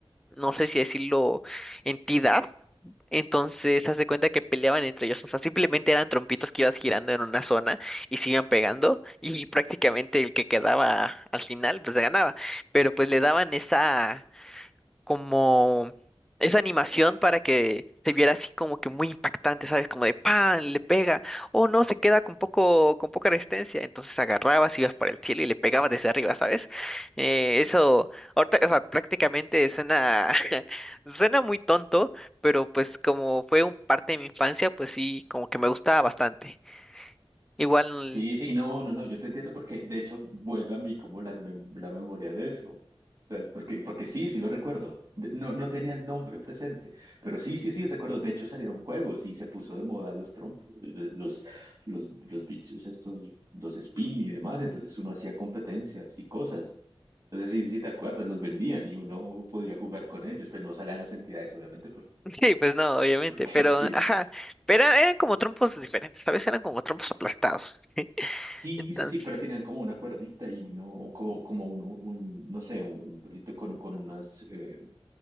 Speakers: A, in the centre; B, on the right.
A: no sé si decirlo, entidad. Entonces, haz de cuenta que peleaban entre ellos. O sea, simplemente eran trompitos que ibas girando en una zona y se iban pegando. Y prácticamente el que quedaba al final, pues ganaba. Pero pues le daban esa como esa animación para que se viera así como que muy impactante, ¿sabes? Como de pan, le pega, o no, se queda con poco, con poca resistencia, entonces agarrabas, ibas para el cielo y le pegabas desde arriba, ¿sabes? Eh, eso, ahorita, o sea, prácticamente suena, <laughs> suena muy tonto, pero pues como fue un parte de mi infancia, pues sí, como que me gustaba bastante. Igual,
B: Sí, sí, no, no, no, yo te entiendo porque de hecho vuelve a mí como la, mem- la memoria de eso, ¿sabes? Porque, porque sí, sí lo recuerdo, De- no, no tenía el nombre presente, pero sí, sí, sí, recuerdo, de hecho salieron juegos y se puso de moda los trompos, de- los, los, los bichos estos, los spin y demás, entonces uno hacía competencias y cosas, entonces sí, sí te acuerdas, los vendían y uno podía jugar con ellos, pues no salían las entidades obviamente porque,
A: <laughs> sí, pues no, obviamente,
B: porque
A: pero,
B: <laughs> sí.
A: ajá, pero eran como trompos diferentes, ¿sabes? Eran como trompos aplastados.
B: Sí,
A: entonces
B: sí, sí, pero tenían como una cuerdita y uno, o como, como un, un, no sé, un pelito con, con unas, eh,